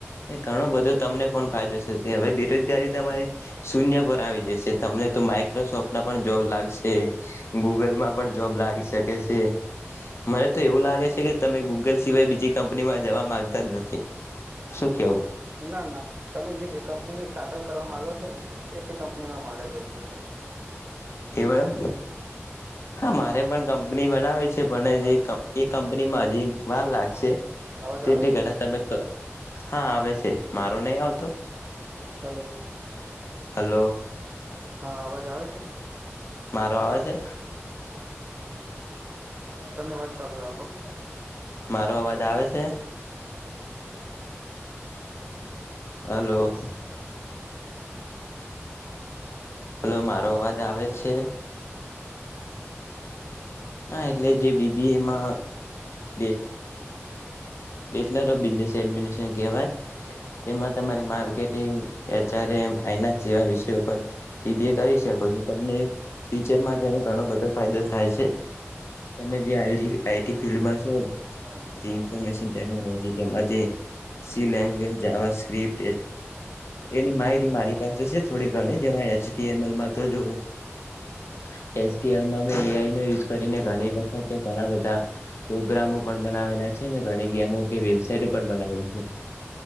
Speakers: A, on the left; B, on the right.
A: ઘણો બધો તમને પણ ફાયદો થ હવે બેરોજગારી તમારી શૂન્ય પર આવી જશે તમને તો માઈક્રોસોફ્ટમાં પણ જોબ લાગશે, ગૂગલમાં પણ જોબ લાગી શકે છે, મને તો એવું લાગે છે, કે તમે ગૂગલ સિવાય બીજી કંપનીમાં જવા માંગતા જ નથી. શું કેવું
B: ના ના તમે જે કંપની ન સ્ટાર્ટઅપ, કરવા માંગો છો, ને એકમ કણીમાં મારે જો છે.
A: એવ એમ હા, મારે પણ કંપની બનાવે છે. તે પણણે
B: હલો
A: જે કં એ કંપનીમાં જે ભા લાગશે,
B: અવાજ
A: તેને
B: આવે છે
A: ગડા તાનક હા, આવે છે. મારું નહ આવતું
B: હલો
A: હલોો
B: હા અવાજ આવે છે?
A: મારો આવે છે.
B: તમે વાત ચાલુ રાખો
A: મારો અવાજ આવે છે? હલોો હલો મારો અવાજ આવે છે? હા, એટલે જે બીબી એમાં બે બ એ કવાય તેમાં તમારે માર્કેટિંગ એચઆ ફનાન્સ જેવા વિષ પર બીબી એ કરી શકો છો, તમને ફ્યુચરમાં ઘણો બધો ફાયદો થાય છે, તમે જેઈ ફિલ્ડમાં છો,
B: હા
A: જે ઇફોર્મેશન ટેનોલોજી જેમાં સી લેંગજ આવા સ્ક્રિપ્ટ એ એની માહિતી મારી પાસે છે, થોડી ઘણી જેમાં એચલમાં તોલમાં યુ કરીને ઘણી વખત ઘણા બધા પ્રોગ્રામો પણ બનાવેલા છે, મેણી ગમો કે વેબસાઇટ પણ બનાવેલી છે,